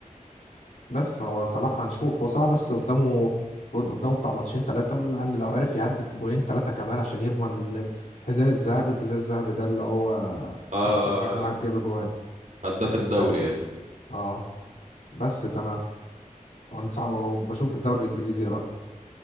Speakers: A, on the left; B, on the right.
A: بس هو صلاح هنشوف هو صلاح بس قدامه رد قدامه بتاع ماتشين ثلاثة لأن لو عرف يهدف جولين ثلاثة كمان عشان يضمن ال- الحذاء الذهبي الحذاء الذهبي ده اللي هو
B: آه
A: أحسن يعني واحد جاب جوان
B: هداف
A: أكيد
B: الدوري
A: فاهم
B: يعني
A: اه بس تمام وانصح وبشوف الدوري الانجليزي اكتر